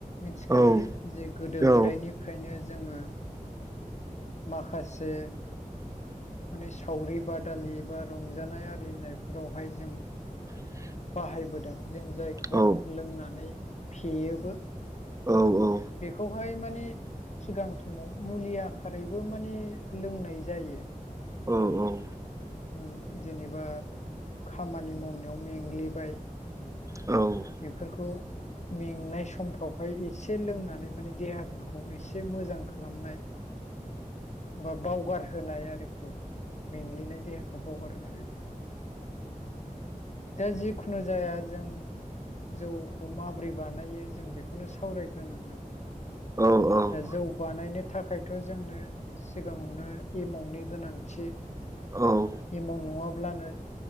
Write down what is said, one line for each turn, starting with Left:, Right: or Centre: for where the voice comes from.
Left: मिथिखायो
Right: औ
Left: जे गोदो
Right: औ
Left: गोदायनिफ्रायनो जोङो माखासे माने सावरि बादालि बा रंजानाय आरि होनायफोरावहाय जों
Right: <inaudible>
Left: बाहायबोदों जों जायखौ
Right: औ
Left: लोंनानै फेयोबो।
Right: औ औ
Left: बेखौहाय माने सिगां समाव मुलि आखारैबो माने लोंनाय जायो।
Right: औ औ
Left: उम जेनेबा खामानि मावनायाव मेंग्लिबाय।
Right: औ
Left: बेफोरखौ मेंनाय समफ्रावहाय एसे लोंनानै माने देहाफोरखौ एसे मोजां खालामनाय बा बावगार होनाय आरोखि मेंग्लिनाय देहाखौ बावगार होनाय बिदि दा जिखुनु जाया जों जौखौ माबोरै बानायो जों बेखौ बेखौनो सावरायग्रोनांगोन
Right: औ औ औ
Left: दा जौ बानायनो थाखायथ' जोंनो सिगाङावनो एमावनि गोनांथि
Right: औ
Left: एमाव नङाब्लानो